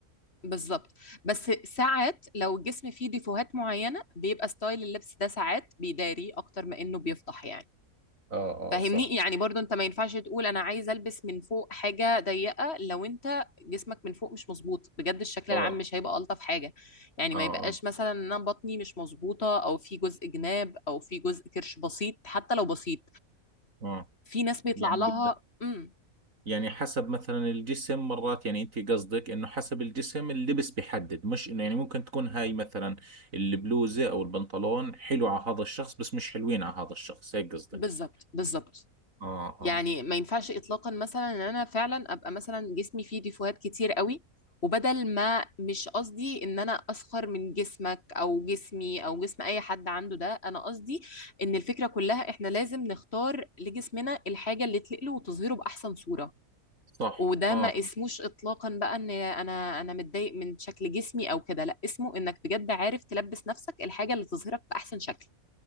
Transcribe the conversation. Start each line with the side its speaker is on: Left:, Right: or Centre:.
Left: بالظبط بس ساعات لو الجسم فيه ديفوهات معينة بيبقى ستايل اللبس ده ساعات بيداري اكتر ما انه بيفضح يعني
Right: اه
Left: فاهمني
Right: اه صح
Left: يعني برضو انت ما ينفعش تقول انا عايز البس من فوق حاجه ضيقه لو انت جسمك من فوق مش مظبوط بجد الشكل
Right: اه
Left: العام مش هيبقى الطف حاجه يعني
Right: اه
Left: ما
Right: اه
Left: يبقاش مثلا ان انا بطني مش مظبوطه او في جزء جناب او في جزء كرش بسيط حتى لو بسيط
Right: اه
Left: في ناس بيطلع
Right: يعني
Left: لها
Right: بدك
Left: امم
Right: يعني حسب مثلا الجسم مرات يعني انت قصدك انه حسب الجسم اللبس بيحدد مش انه يعني ممكن تكون هاي مثلا البلوزة او البنطلون حلو على هذا الشخص بس مش حلوين على هذا الشخص هيك قصدك
Left: بالظبط بالظبط
Right: اه
Left: يعني
Right: اه
Left: ما ينفعش اطلاقا مثلا ان انا فعلا ابقى مثلا جسمي فيه ديفوهات كتير قوي وبدل ما مش قصدي ان انا اسخر من جسمك او جسمي او جسم اي حد عنده ده انا قصدي ان الفكرة كلها احنا لازم نختار لجسمنا الحاجة اللي تليق له وتظهره باحسن صورة
Right: صح
Left: وده
Right: اه
Left: ما اسموش اطلاقا بقى ان انا انا متضايق من شكل جسمي او كده لا اسمه انك بجد عارف تلبس نفسك الحاجة اللي تظهرك باحسن شكل